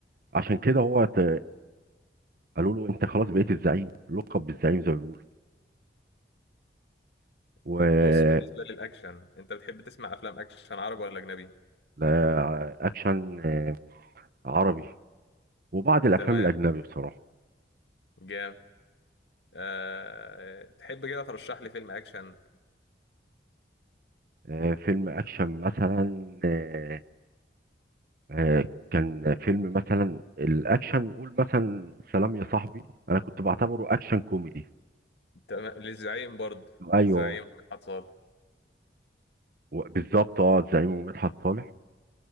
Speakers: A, on the right; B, on the left.
A: عشان كده هو ت... قالوا له انت خلاص بقيت الزعيم لقب بالزعيم زي ما بيقولوا و
B: طب بص بالنسبة للأكشن أنت بتحب تسمع أفلام أكشن عربي ولا أجنبي؟
A: لا، اكشن آه، عربي وبعض الافلام
B: تمام
A: الاجنبي بصراحة
B: جامد أه... تحب كده ترشح لي فيلم أكشن
A: آه، فيلم اكشن مثلا آه، آه، كان فيلم مثلا الاكشن نقول مثلا سلام يا صاحبي انا كنت بعتبره اكشن كوميدي
B: تمام للزعيم برضه
A: ايوه
B: للزعيم مدحت صالح
A: و- بالظبط اه زعيم ومدحت صالح